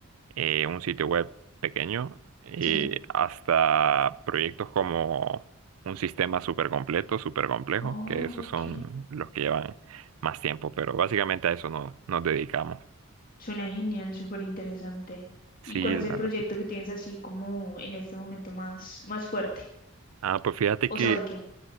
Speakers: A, on the right; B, on the left.
A: eh, un sitio web pequeño, eh,
B: Sí.
A: hasta proyectos como un sistema súper completo, súper complejo,
B: Oh,
A: que esos
B: ok.
A: son los que llevan más tiempo, pero básicamente a eso no, nos dedicamos.
B: Suena genial, súper interesante.
A: Sí,
B: ¿Y cuál
A: la
B: es el proyecto
A: verdad. sí.
B: que tienes así como en este momento más, más fuerte?
A: Ah, pues fíjate
B: ¿O
A: que,
B: sobre qué?